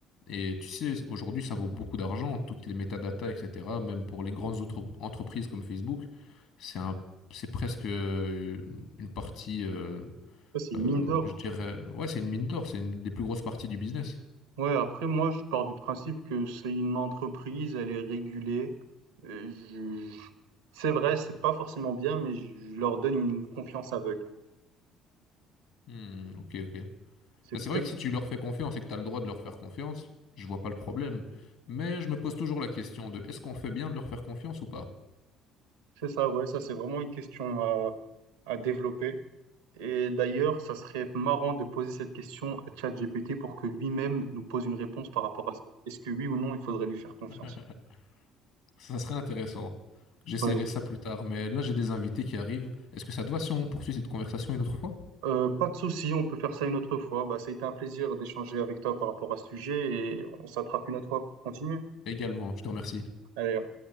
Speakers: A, on the left; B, on the right.
A: Et tu sais, aujourd'hui, ça vaut beaucoup d'argent, toutes les métadatas, etc. Même pour les grandes autres entreprises comme Facebook, c'est un, c'est presque euh, une partie, euh,
B: Ça, c'est une
A: euh,
B: mine d'or.
A: je dirais, ouais, c'est une mine d'or, c'est une des plus grosses parties du business.
B: Ouais, après, moi, je pars du principe que c'est une entreprise, elle est régulée. Euh, je- je- C'est vrai, c'est pas forcément bien, mais je je leur donne une confiance aveugle.
A: Hmm, ok, ok.
B: C'est
A: Mais c'est vrai
B: peut-être,
A: que si tu leur fais confiance et que tu as le droit de leur faire confiance, je vois pas le problème. Mais je me pose toujours la question de est-ce qu'on fait bien de leur faire confiance ou pas?
B: c'est ça, ouais, ça, c'est vraiment une question à, à développer. Et d'ailleurs, ça serait marrant de poser cette question à ChatGPT pour que lui-même nous pose une réponse par rapport à ça. Est-ce que oui ou non, il faudrait lui faire
A: <laughs>
B: confiance?
A: Ça serait intéressant. J'essaierai
B: Ouais.
A: ça plus tard, mais là j'ai des invités qui arrivent. Est-ce que ça te va si on poursuit cette conversation une autre fois?
B: Euh, pas de souci, on peut faire ça une autre fois. Bah, ça a été un plaisir d'échanger avec toi par rapport à ce sujet et on s'attrape une autre fois pour continuer.
A: Également, je te remercie.
B: Allez.